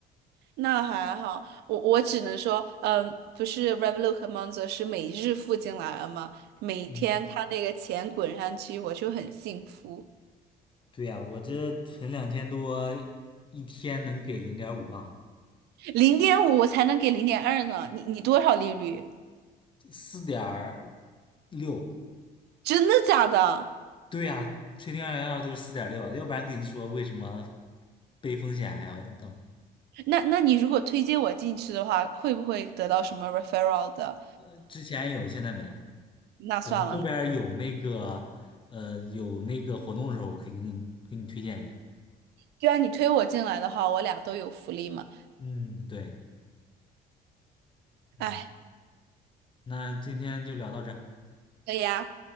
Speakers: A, on the right; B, on the left.
A: 那还好，我我只能说，嗯，不是 Revolut 和 Monzo 是每日付进来了吗？每天看那个钱滚上去，
B: 嗯，
A: 我就很幸福。
B: 对呀，我这存两千多，一天能给零点五吧，
A: 零点五我才能给零点二呢，你你多少利率？
B: 四点六。
A: 真的假的？
B: 对呀，吹零二幺幺就是四点六啊，要不然跟你说为什么背风险还要弄？
A: 那那你如果推荐我进去的话，会不会得到什么 referral 的？
B: 呃之前有，现在没了。
A: 那算了，
B: 等后边儿有那个呃有那个活动的时候，我可以给你给你推荐一下。
A: 就按你推我进来的话，我俩都有福利嘛。
B: 嗯，对。嗯。
A: 哎，
B: 那今天就聊到这儿
A: 以呀。